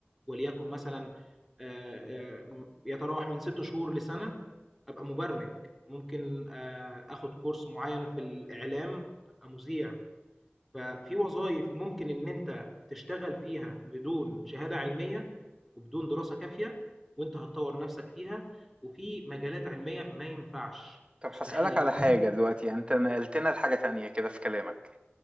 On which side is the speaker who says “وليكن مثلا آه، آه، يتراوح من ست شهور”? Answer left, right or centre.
Centre